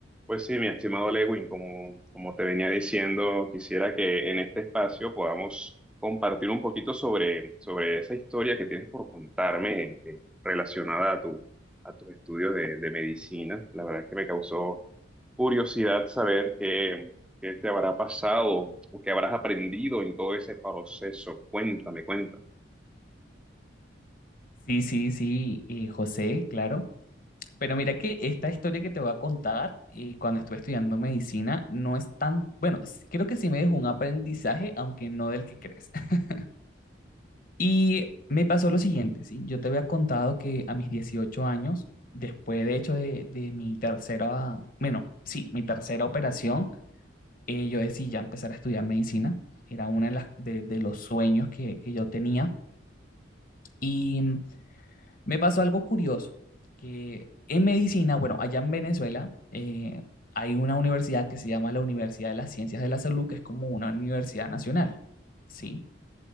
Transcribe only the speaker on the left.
Sí, sí, sí, eh, José, claro. Pero mira que esta historia que te voy a contar, eh, cuando estuve estudiando medicina, no es tan, bueno, sí- creo que sí me dejó un aprendizaje, aunque no del que crees. <laughs> Y me pasó lo siguiente, ¿sí? Yo te había contado que a mis 18 años, después de hecho de, de mi tercera, bueno, sí, mi tercera operación, eh, yo decidí ya empezar a estudiar medicina. Era uno de, las- de- de los sueños que, que yo tenía. Y Me pasó algo curioso, que en medicina, bueno, allá en Venezuela eh, hay una universidad que se llama la Universidad de las Ciencias de la Salud, que es como una universidad nacional, ¿sí?